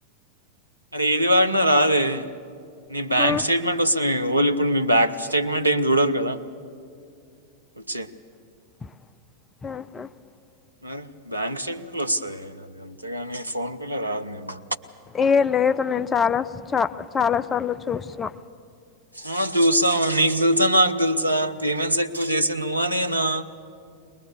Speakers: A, on the right; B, on the left.
A: అరె ఇది వాడినా రాదే నీ బ్యాంక్
B: ఆ
A: స్టేట్మెంట్ వస్ ఓలు ఇప్పుడు మీ బ్యాక్ స్టేట్మెంట్ ఏం చూడరు కదా వచ్చి
B: ఆహ
A: మరి బ్యాంక్ స్టేట్మెంట్లు వస్తాయి అది అంతేగాని ఫోన్ పేల రాదు నీకు
B: ఏ లేదు నేన్ చాలా చ చాలా సార్లు చూస్నా
A: ఆ చూసావ్ నీక్ తెలుసా నాక్ తెలుసా పేమెంట్స్ ఎక్కువ చేసేది నువ్వా నేనా